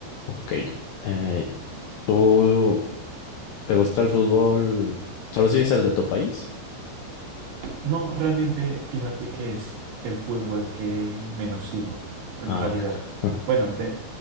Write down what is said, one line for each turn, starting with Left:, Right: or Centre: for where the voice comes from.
Left: Ok. Eh, ¿tú te gusta el fútbol? ¿Solo sigues el de tu país?
Right: No, realmente fíjate que es el fútbol que menos sigo, en
Left: Ah,
Right: realidad.
Left: ok. <laughs>
Right: Bueno, de,